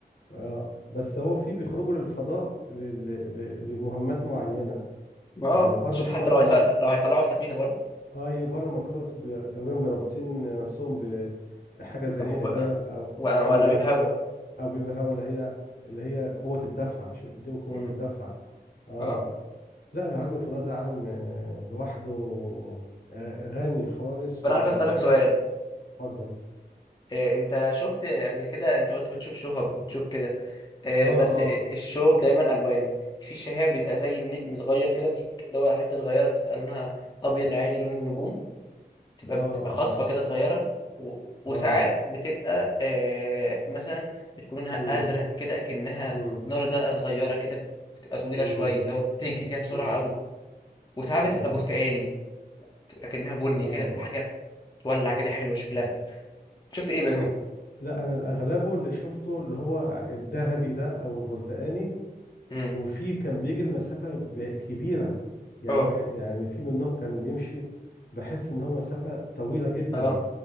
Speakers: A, on the left; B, on the left.
A: آه بس هو في بيخرجوا للفضاء ل... ل... ل- لمهمات معينة
B: اه
A: يعني بره
B: عشان حتى
A: بره
B: لو
A: المركبة
B: هيصل... لو هيصلحوا السفينة برضه
A: ايوه بره المركبة بس بي... تقريبا برابطين نفسهم بحاجة زي
B: أنبوب
A: حبال
B: و...
A: أو
B: وأنابيب
A: أو
B: هوا
A: أو بيبقى هوا اللي هي اللي هي قوة الدفع عشان تديهم قوة
B: مم.
A: الدفع اه
B: اه
A: لا العالم الفضاء ده عالم آه، لوحده آه، غني خالص
B: فأنا
A: و... وعايز
B: عايز أسألك سؤال
A: اتفضل
B: إيه، أنت شفت قبل كده أنت قلت بتشوف شهب وبتشوف كده آه،
A: اه
B: بس
A: اه
B: آه، الشو دايما الوان في شهاب بيبقى زي النجم صغير كده تيك اللي هو حته صغيره بتبقى لونها ابيض عادي لون النجوم تبقى
A: اه
B: بتبقى خاطفه
A: اه
B: كده صغيره و... وساعات
A: اه
B: بتبقى آه مثلا بتكون لونها
A: امم
B: ازرق كده اكنها
A: امم
B: نار زرقاء صغيره كده بتبقى طويله
A: امم
B: شويه اللي هو بتجري كده بسرعه
A: امم
B: قوي وساعات
A: اه
B: بتبقى برتقاني بتبقى كأنها بني
A: اه
B: كده حاجه بتولع كده حلوه شكلها شفت ايه منهم
A: لا انا الاغلبه اللي شفته اللي هو الذهبي ده او البرتقاني
B: امم
A: وفي كان بيجري مسافة ب- كبيرة يعني
B: اه
A: واحد يعني في منهم كان بيمشي بحس ان هو مسافة طويلة جدا
B: اه